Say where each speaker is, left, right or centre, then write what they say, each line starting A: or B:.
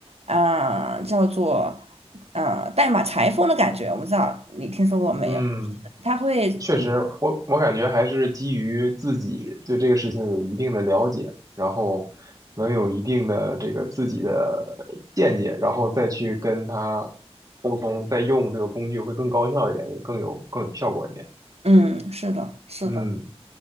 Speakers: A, on the right; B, on the right.
A: 啊、叫做，啊、代码裁缝的感觉。我不知道你听说过没有？
B: 嗯，
A: 他会。
B: 确实，我我感觉还是基于自己对这个事情有一定的了解，然后能有一定的这个自己的见解，然后再去跟他沟通，再用这个工具会更高效一点，也更有更有效果一点。
A: 嗯，是的，是的。
B: 嗯。